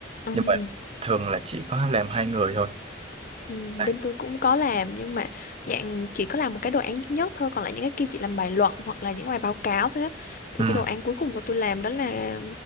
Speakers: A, on the left; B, on the right.
A: ừ.
B: nhưng mà thường là chỉ có làm hai người thôi
A: Ừ,
B: Đấy.
A: bên tôi cũng có làm nhưng mà dạng chỉ có làm một cái đồ án duy nhất thôi còn lại những cái kia chỉ làm bài luận hoặc là những cái bài báo cáo thôi á thì
B: ừ.
A: cái đồ án cuối cùng mà tôi làm đó là